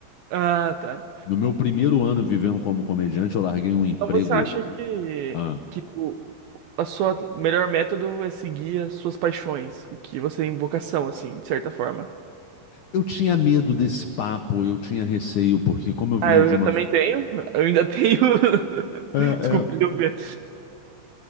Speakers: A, on the right (about 75°); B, on the left (about 85°).
A: Ah, tá.
B: No meu primeiro ano vivendo como comediante, eu larguei um emprego.
A: Então você acha que,
B: ah,
A: que o a sua melhor método é seguir as suas paixões, o que você tem vocação, assim, de certa forma.
B: eu tinha medo desse papo, eu tinha receio, porque como eu vinha
A: Ah, eu,
B: de
A: eu
B: uma.
A: também tenho. <laughs> Eu ainda tenho. <laughs>
B: É,
A: Desculpa,
B: é,
A: deu ver.